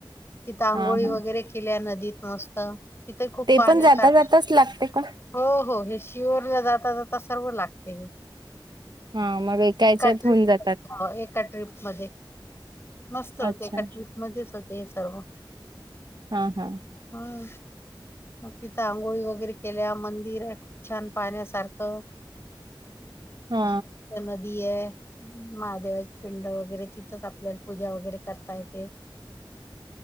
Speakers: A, on the left; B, on the right.
A: तिथ आघोळी
B: हा हा
A: वगैरे केल्या नदीत मस्त तिथे खूप
B: ते
A: पाण्या
B: पण जाता
A: सारख
B: जाताच लागते का
A: हो हो हे शिरला जाता जात सर्व लागते हे
B: हा मग
A: एका
B: याच्यात
A: ट्रीप
B: होऊन जातात
A: एका ट्र्रीप म मस्त होते
B: अच्छा
A: एका ट्रीप मध्येच होते हे सर्व
B: हा हा
A: हम्म मग तिथं आंघोळी वगैरे केल्या मंदिर खूप छान पाण्यासारखं
B: <inaudible> हा
A: अ त्यां आहे महादेवाचे पिंड वगैरे तिथंच आपल्याला पूजा वगैरे करता येते
B: <inaudible>